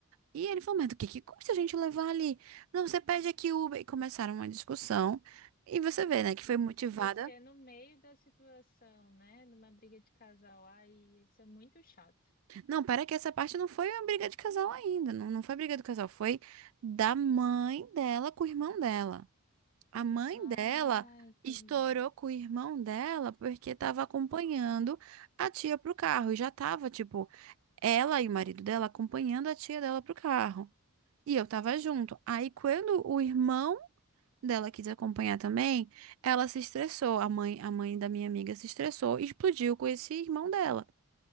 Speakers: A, on the right (about 65°); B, on the left (about 40°).
A: E ele falou: Mas do que que custa a gente levar ali? Não, você pede aqui Uber. E começaram uma discussão. E você vê, né, que
B: E,
A: foi motivada.
B: e você no meio da situação, né? Numa briga de casal, ai, isso é muito chato.
A: Não, pera que essa parte não foi uma briga de casal ainda. Não, não foi briga do casal, foi da mãe dela com o irmão dela. A mãe
B: Ah,
A: dela
B: entendi.
A: estourou com o irmão dela porque tava acompanhando a tia pro carro. E já tava, tipo. ela e o marido dela acompanhando a tia dela pro carro. E eu tava junto. Aí quando o irmão dela quis acompanhar também, ela se estressou. A mãe, a mãe da minha amiga se estressou e explodiu com esse irmão dela.